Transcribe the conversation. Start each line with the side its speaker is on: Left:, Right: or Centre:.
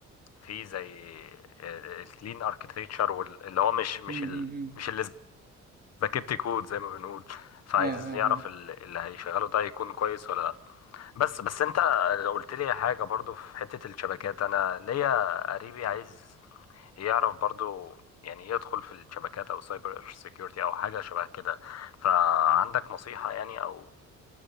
Left: فيه زي الكلين اركتكتشر اللي هو مش مش
Right: امم
Left: ال
Right: امم
Left: مش اللي سباكيت كود زي ما بنقول فعايز
Right: اه اه
Left: يعرف ال- اللي هيشغله ده يكون كويس ولا لا بس بس انت قلت لي حاجه برضو في حته الشبكات انا ليا قريبي عايز يعرف برضو يعني يدخل في الشبكات او سايبر سيكيورتي او حاجه شبه كده فعندك نصيحه يعني او